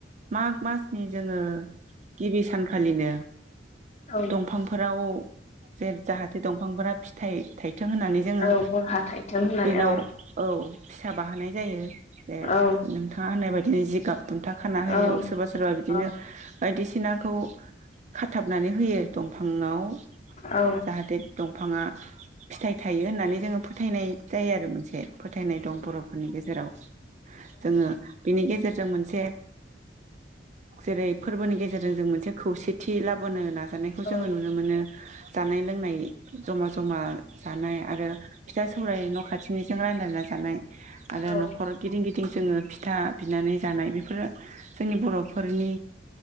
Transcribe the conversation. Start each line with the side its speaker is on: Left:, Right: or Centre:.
Right: माग मासनि जोंङो गिबि सान फालिनो
Left: औ
Right: दंफांफोराव जे जाहाथे दंफांफोरा फिथाइ थाइथों होननानै जोङो,
Left: औ बरहा थाइथों होननानै
Right: बेनाव
Left: औ
Right: औ फिसा बाहोनाय जायो जे
Left: औ
Right: नोंथांङा होननाय बायदिनो जिगाब बुन्था खाना होयो
Left: औ
Right: सोरबा सोरबा बिदिनो
Left: औ
Right: बायदिसिनाखौ खाथाबनानै होयो दंफाङाव। जाहाथे
Left: औ
Right: दंफाङा फिथाइ थायो होननानै जोङो फोथायनाय जायो आरो मोनसे। फोथायनाय दं बर'फोरनि गेजेराव जोङो बिनि गेजेरजों मोनसे जेरै फोरबोनि गेजेरजों जों मोनसे खौसेथि लाबो बोनो होना जानायखौ
Left: औ
Right: जोङो नुनो मोनो। जानाय लोंनाय। जमा जमा। जानाय आरो फिथा सौराय न' खाथिनिजों रानलायनानै <unintelligible> आरो
Left: औ
Right: न'खर गिदिं गिदिं जोङो फिथा बिनानै जानाय बेफोर बेफोर जोंनि बर'फोरनि